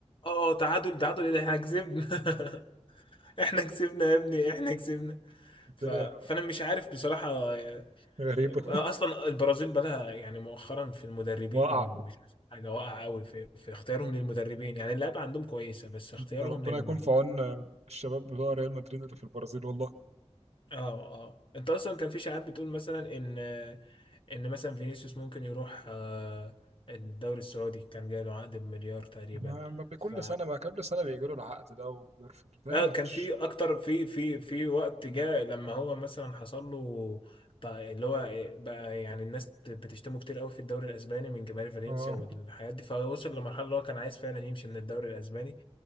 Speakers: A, on the left; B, on the right.
A: اه تعادل تعادل ايه ده احنا كسبنا <laughs> احنا كسبنا يا ابني احنا كسبنا
B: الدنيا
A: ف... فانا مش عارف بصراحه آه،
B: غريبه <laughs>
A: آه، اصلا البرازيل بقى لها يعني مؤخرا في المدربين
B: وقع
A: مش أحسن حاجه واقعه قوي في... في اختيارهم للمدربين يعني اللعيبه عندهم كويسه بس اختيارهم
B: ده ربنا
A: لل
B: يكون في عون الشباب بتوع ريال مدريد اللي في البرازيل والله
A: اه اه انت اصلا كان في شائعات بتقول مثلا ان آه، ان مثلا فينيسيوس ممكن يروح آه، الدوري السعودي كان جاي له عقد بمليار تقريبا
B: ما ما بكل
A: ف
B: سنة ما كل سنة بيجيله العقد ده وبيرفض بالتالي
A: لا
B: ما
A: كان
B: فيش
A: في اكتر في في في وقت جاء لما هو مثلا حصل له ط- اللي هو بقى يعني الناس بتشتمه كتير قوي في الدوري الاسباني من جماهير فالنسيا
B: اه
A: والحاجات دي فوصل لمرحله اللي هو كان عايز فعلا يمشي من الدوري الاسباني